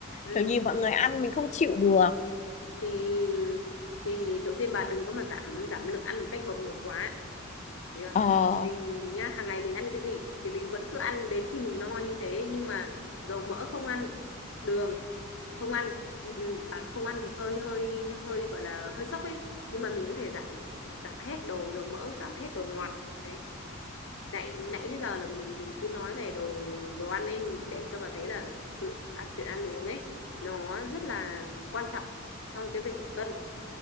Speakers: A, on the left; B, on the left.
A: ừ
B: kiểu nhìn mọi người ăn mình không chịu được
A: thì thì đầu tiên bà đừng có mà giảm giảm lượng ăn một cách đột ngột quá Thấy chưa?
B: ờ
A: mình nhá hàng ngày mình ăn cái gì thì mình vẫn cứ ăn đến khi mình no như thế nhưng mà dầu mỡ không ăn đường không ăn ừ, ừ, bảo là không ăn thì hơi hơi hơi gọi là hơi sốc ấy nhưng mà mình có thể giảm giảm hết đồ dầu mỡ giảm hết đồ ngọt đấy nãy nãy đến giờ là mình mình cứ nói về đồ đồ ăn nên để cho bà thấy là thực sự ăn chuyện ăn uống ấy nó rất là quan trọng trong cái việc giảm cân